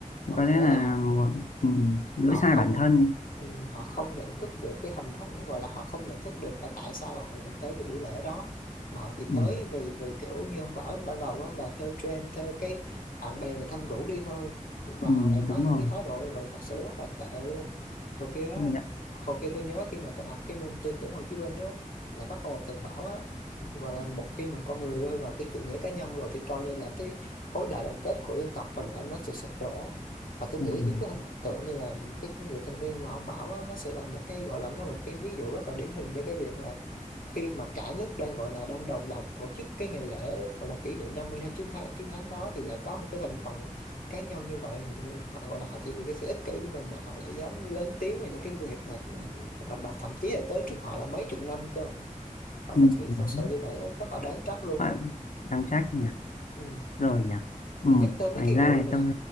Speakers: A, on the left; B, on the left.
A: hoặc
B: có
A: có
B: lẽ
A: thể
B: là
A: là
B: một ừm, lỗi
A: họ
B: sai
A: không
B: bản thân
A: ừ, họ không nhận thức được cái hình thức gọi là họ không nhận thức được là tại sao họ lại tới cái buổi lễ đó mà họ chỉ
B: Ừm,
A: tới vì vì kiểu như ông bảo ban đầu á, là theo trend theo cái bạn bè người thân rủ đi thôi và
B: ừm,
A: họ lại có
B: đúng
A: những
B: rồi
A: cái thái độ như vậy thật sự rất là tệ luôn hồi kia á,
B: công nhận
A: hồi kia tôi nhớ khi mà tôi học cái môn tư tưởng Hồ Chí Minh á là bác Hồ từng bảo á gọi là một khi mà con người rơi vào cái chủ nghĩa cá nhân rồi thì coi như là cái khối đại đoàn kết của dân tộc mình là nó sẽ sụp đổ và tôi nghĩ
B: Ừm,
A: những cái hình tượng như là cái người thanh niên mà ông bảo á, nó sẽ là một cái gọi là nó là một cái ví dụ rất là điển hình để cái việc là khi mà cả nước đang gọi là đang đồng loạt tổ chức cái ngày lễ gọi là kỷ niệm 50 năm chiến thắng chiến thắng đó thì lại có một cái thành phần cá nhân như vậy người mình họ gọi là họ chỉ vì cái sự ích kỷ của mình mà họ lại dám lớn tiếng về những cái người mà, mà, mà thậm chí là tới trước họ là mấy chục năm cơ họ
B: ừm,
A: thật, sự- thật
B: đó
A: sự như vậy á, rất là đáng trách luôn
B: bạn
A: á
B: đang trách nhỉ
A: ừ
B: rồi nhỉ Ừm,
A: mà nhắc tới mấy
B: ngoài
A: cái
B: ra
A: vụ này
B: thì tôi